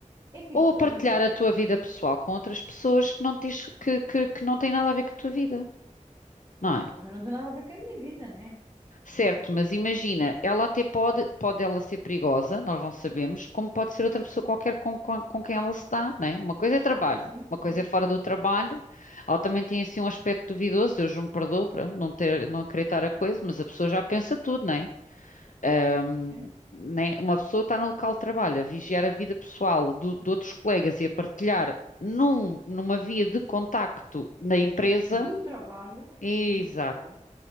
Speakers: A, on the right; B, on the left.
A: É que aquilo,
B: ou a partilhar
A: imagina,
B: a
A: é-
B: tua vida pessoal com outras pessoas que não, tens, que, que que não têm nada a ver com a tua vida. não
A: ela
B: é?
A: também não tem nada a ver com a minha vida, né?
B: Certo, mas imagina, ela até pode, pode ela ser perigosa, nós não sabemos, como pode ser outra pessoa qualquer com, com, com quem ela se dá, não é? Uma coisa é trabalho,
A: Ah, sim,
B: uma coisa
A: sim,
B: é fora do trabalho, ela também tem assim um aspecto duvidoso, Deus me perdoe, pronto, não ter, não acreditar a coisa, mas a pessoa já pensa tudo, não é? Ahm,
A: sim.
B: né? Uma pessoa está no local de trabalho a vigiar a vida pessoal do- de outros colegas e a partilhar num, numa via de contacto na empresa,
A: Sim, do trabalho,
B: Exato.
A: sim, do trabalho.